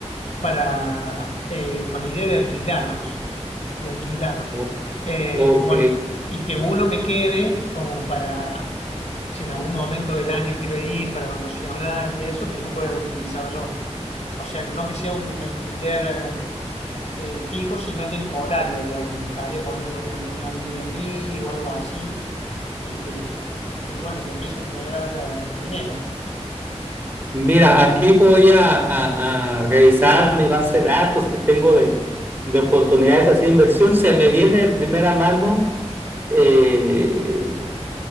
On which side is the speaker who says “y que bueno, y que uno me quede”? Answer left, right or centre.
Left